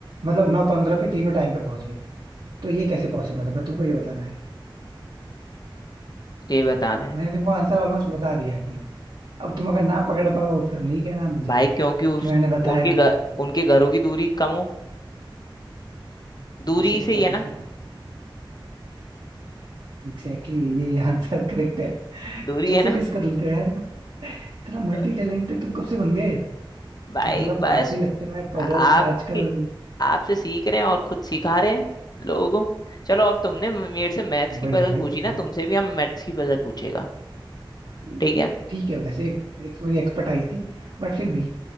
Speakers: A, on the right; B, on the left.
A: मतलब नौ पंद्रह पे तीनों टाइम पे पहुंच गए तो ये कैसे पॉसिबल है बस तुमको ये बताना है
B: ये बताना है
A: मैंने तुमको आंसर ऑलमोस्ट बता दिया है भाई अब तुम अगर ना पकड़ पाओ फिर नहीं कहना मुझे
B: भाई क्योंकि उस
A: कि मैंने बताया
B: उनके
A: नहीं
B: घर
A: तुम
B: उनके घरों की दूरी कम हो दूरी
A: कैसे पता
B: से ही
A: भाई
B: है ना
A: तुमको एग्जैक्टली exactly, ये आंसर करेक्ट है <laughs>
B: दूरी
A: कैसे
B: है ना
A: गेस कर लेते हो यार तुम? इतना मल्टी
B: <laughs>
A: टैलेंटेड तुम कब से बन गए
B: भाई
A: मतलब
B: बस
A: काफी लगता है पजल्स
B: आपके
A: आजकल
B: आपसे सीख रहे हैं और खुद सिखा रहे हैं लोगों को चलो अब तुमने मेरे से
A: <laughs>
B: मैथ्स की
A: बढ़िया
B: पजल
A: भाई
B: पूछी
A: बढ़िया
B: ना तुमसे भी हम मैथ्स की पजल पूछेगा
A: भाई,
B: ठीक है
A: ठीक है वैसे मैथमेटिक्स मेरी एक्सपर्टाइज थी बट फिर भी